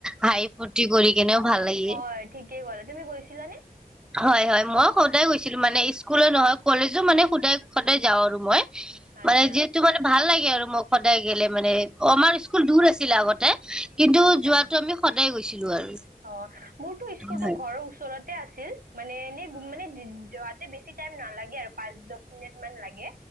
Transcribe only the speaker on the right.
হয় ঠিকেই ক'লা, তুমি গৈছিলানে?
আচ্ছা
আচ্ছা
অ মোৰতো স্কুলতো
ঘৰৰ ওচৰতে আছিল মানে এনে মানে যোৱাতে বেছি বেছি টাইম নালাগে আৰু পাঁচ দচ মিনিটত মান লাগে,